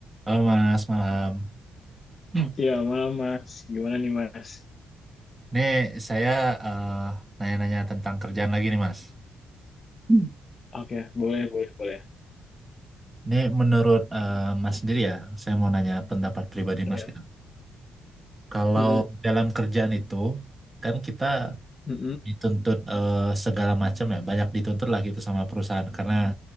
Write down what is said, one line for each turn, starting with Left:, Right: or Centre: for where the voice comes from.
Right: Halo Mas, malam. Hmm.
Left: Iya, malam Mas. Gimana nih Mas?
Right: Ini saya eh, nanya-nanya tentang kerjaan lagi nih Mas. Hmm.
Left: Oke, boleh, boleh, boleh.
Right: Ini menurut eh, Mas sendiri ya, saya mau nanya pendapat pribadi
Left: Iya.
Right: Mas gitu. Kalau
Left: Mm-mm,
Right: dalam kerjaan itu, kan kita
Left: mm-mm,
Right: dituntut eh, segala macam ya, banyak dituntut lah gitu sama perusahaan karena